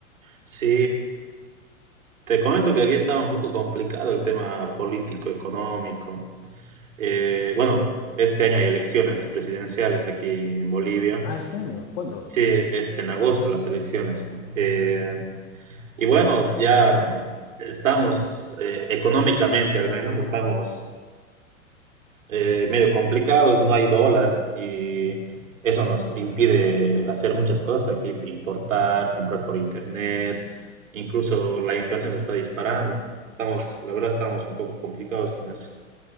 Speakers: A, on the right; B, on the left.
A: Sí, te comento que aquí estaba un poco complicado el tema político, económico. Eh, bueno, este año hay elecciones presidenciales aquí en Bolivia.
B: Ah, este año, ¿cuándo?
A: Sí, es en agosto las elecciones. Eh, y bueno, ya estamos eh, económicamente al menos, estamos eh, medio complicados, no hay dólar y eso nos impide hacer muchas cosas aquí, importar, comprar por internet, incluso la inflación se está disparando. Estamos, la verdad, estamos un poco complicados con eso.